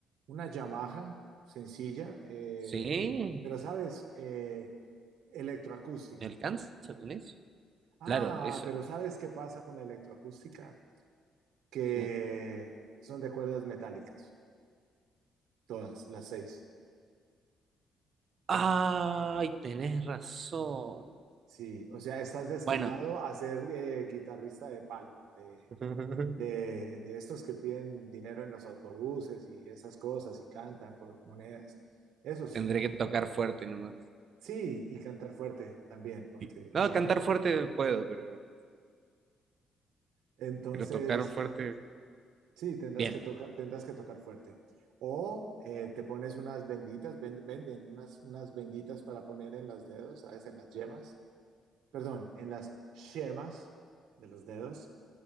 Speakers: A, on the right; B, on the right.
A: una Yamaha sencilla, eh,
B: Sí,
A: pero sabes, eh, electroacústica.
B: ¿Me alcanza con eso?
A: Ah,
B: Claro, eso.
A: pero ¿sabes qué pasa con la electroacústica? Que
B: sí.
A: son de cuerdas metálicas, todas, las seis.
B: Ay, tenés razón.
A: Sí, o sea, estás destinado
B: Bueno,
A: a ser eh, guitarrista de palo, de,
B: <laughs>
A: de, de estos que piden dinero en los autobuses y esas cosas y cantan por monedas. Esos,
B: tendré que tocar fuerte nomás.
A: sí, y cantar fuerte también, porque
B: Sí. No, cantar fuerte puedo, pero,
A: <laughs> entonces,
B: pero tocar fuerte,
A: sí, tendrás
B: bien,
A: que tocar, tendrás que tocar fuerte. O eh, te pones unas benditas, ven- venden unas, unas benditas para poner en los dedos, ¿sabes? En las yemas, perdón, en las yemas de los dedos